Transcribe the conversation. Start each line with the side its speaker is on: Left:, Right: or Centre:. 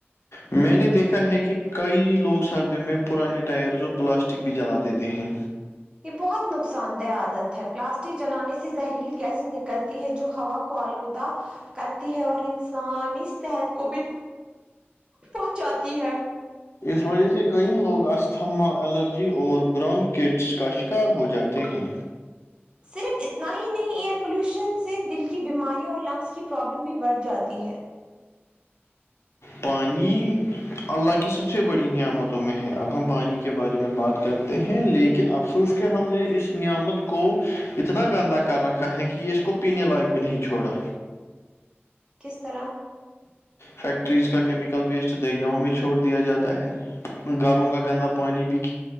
Left: میں نے دیکھا ہے کہ کئی لوگ سردیوں میں پرانے ٹائرز اور پلاسٹک بھی جلا دیتے ہیں
Right: یہ بہت نقصان دہ آدت ہے پلاسٹک جلانے سے زہریلی گیسز نکلتی ہے جو ہوا کو آلودہ کرتی ہے اور انسان اس صحت کو بھی پہنچاتی ہے
Left: اس وجہ سے کئی لوگ استھما الرجی اور براؤن کیڈس کا شکار ہو جاتے ہیں
Right: صرف اتنا ہی نہیں ایئر پولیوشن سے دل کی بیماریاں اور لنگس کی پرابلم بھی بڑھ جاتی ہے
Left: پانی اللہ کی سب سے بڑی نعمتوں میں ہے اب ہم پانی کے بارے میں بات کرتے ہیں لیکن اب تو اس کے ہم نے اس نعمت کو اتنا گندا کر رکھا ہے کہ یہ اس کو پینے لائق بھی نہیں چھوڑا
Right: کس طرح
Left: فیکٹریز کا کیمیکل ویسٹ دریاؤں میں چھوڑ دیا جاتا ہے گھروں کا گندا پانی بھی